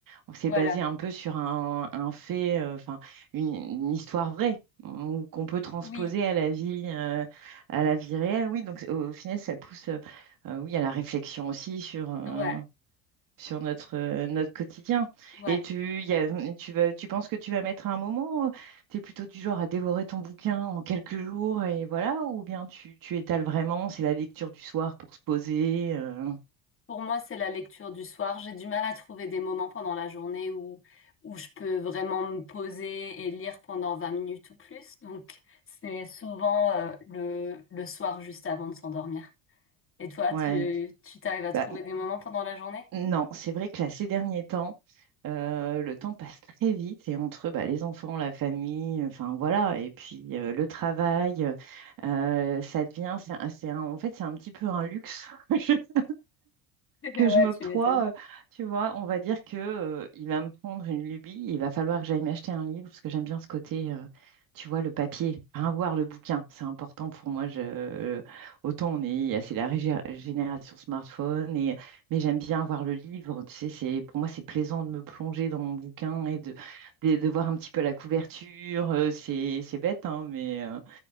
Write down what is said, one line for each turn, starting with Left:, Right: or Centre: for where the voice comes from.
Right: on s'est
Left: voilà,
Right: basé un peu sur un, un fait, euh, enfin une, une histoire vraie, ou qu'on peut transposer
Left: oui,
Right: à la vie, euh, à la vie réelle, oui, donc c'est- au, au final ça pousse, euh, euh, oui, à la réflexion aussi sur, euh,
Left: ouais,
Right: sur notre, euh, notre quotidien.
Left: ouais.
Right: Et tu, y a- tu vas, tu penses que tu vas mettre un moment, tu es plutôt du genre à dévorer ton bouquin en quelques jours et voilà, ou bien tu, tu étales vraiment, c'est la lecture du soir pour se poser. euh,
Left: Pour moi, c'est la lecture du soir. J'ai du mal à trouver des moments pendant la journée où, où je peux vraiment me poser et lire pendant 20 minutes ou plus. Donc, c'est souvent euh, le, le soir juste avant de s'endormir. Et toi,
Right: ouais.
Left: tu, tu t'arrives à trouver
Right: Bah,
Left: des moments pendant la journée?
Right: non, c'est vrai que là, ces derniers temps, euh, le temps passe très vite et entre bah, les enfants, la famille, enfin voilà, et puis euh, le travail, euh, ça devient, c'est un- c'est un- en fait, c'est un petit peu un luxe. <laughs>
Left: <laughs>
Right: que
Left: Ouais,
Right: je m'octroie,
Left: tu m'étonnes.
Right: euh, tu vois, on va dire que euh, il va me prendre une lubie, il va falloir que j'aille m'acheter un livre parce que j'aime bien ce côté, euh, tu vois, le papier, enfin, voir le bouquin, c'est important pour moi. Je, autant on est, c'est la régé- génération smartphone et mais j'aime bien voir le livre. Tu sais, c'est pour moi c'est plaisant de me plonger dans mon bouquin et de de, de voir un petit peu la couverture. euh, c'est c'est bête, hein, mais euh,